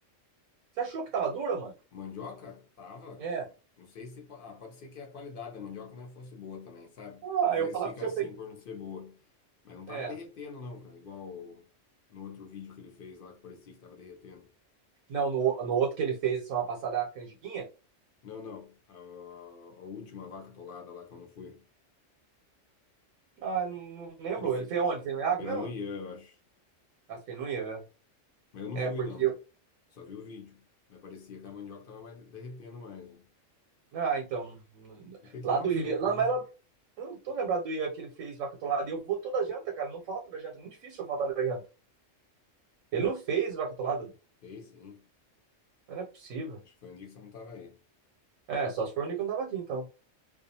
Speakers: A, on the right; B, on the left.
A: você achou que tava dura, mano?
B: Mandioca? Tava.
A: É.
B: tava. Não sei se. po- Ah, pode ser que a qualidade da mandioca não fosse boa também, sabe?
A: Ah,
B: Às
A: eu
B: vezes
A: falar
B: fica
A: pro seu,
B: assim
A: eu peguei.
B: por não ser boa. Mas não tava
A: É.
B: derretendo, não, cara. Igual no outro vídeo que ele fez lá que parecia que tava derretendo.
A: Não, no, no outro que ele fez semana passada, a canjiquinha.
B: Não, não. A, a- a última vaca atolada lá que eu não fui.
A: Ah, não, não lembro.
B: Ele fe...
A: Ele fez onde? Fez no Iago
B: fez
A: mesmo?
B: lá no Ian, eu acho.
A: Ah, fez no Ian.
B: Mas eu não
A: É,
B: fui,
A: porque
B: não.
A: eu.
B: Só vi o vídeo. Mas parecia que a mandioca tava mais derretendo mais. né?
A: Ah, então.
B: Ele fez
A: Lá
B: tipo uma
A: do
B: sopa,
A: Ian. Lá,
B: né?
A: mas lá, eu não tô lembrado do Ian que ele fez vaca atolada. E eu vou toda janta, cara. Não falta da janta. É muito difícil eu faltar da janta. Ele não fez o Acatolado?
B: Fez, sim.
A: Não é possível.
B: Acho que foi um dia que você não tava aí.
A: É, só se for o Nico não tava aqui, então.